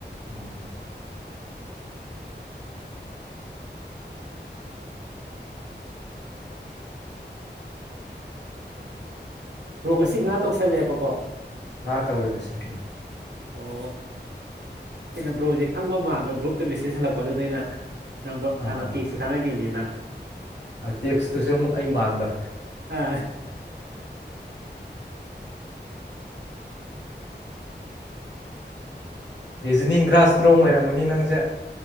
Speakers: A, on the left; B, on the right.
A: ꯑꯣꯏ ꯍꯣꯏ꯫
B: ꯕꯔꯣ ꯉꯁꯤ ꯉꯥ ꯇꯧꯁꯜꯂꯦꯕꯀꯣ꯫
A: ꯉꯥ ꯇꯧꯑꯦ ꯉꯥꯁꯤ ꯎꯝ꯫
B: ꯑꯣ ꯑꯩꯅ ꯕ꯭ꯔꯣꯁꯦ ꯈꯪꯕ ꯃꯥꯟꯕ ꯒ꯭ꯔꯨꯞꯇ ꯃꯦꯁꯦꯖ ꯍꯜꯂꯛꯄ ꯑꯗꯨꯗ ꯑꯩꯅ꯫ ꯅꯝꯕ
A: ꯑꯥ
B: ꯍꯥꯟꯅ ꯇꯦꯛꯁꯨ
A: ꯑꯥ
B: ꯊꯥꯅꯒꯤꯕꯅꯤꯅ꯫
A: ꯇꯦꯛꯁꯇꯨꯁꯨ ꯑꯃꯨꯛ ꯑꯩ ꯃꯥꯟꯕ꯫
B: ꯑ
A: ꯔꯤꯖꯅꯤꯡ ꯈꯔ ꯏꯁꯇ꯭ꯔꯣꯡ ꯑꯣꯏꯔꯝꯃꯅꯤ ꯅꯪꯁꯦ꯫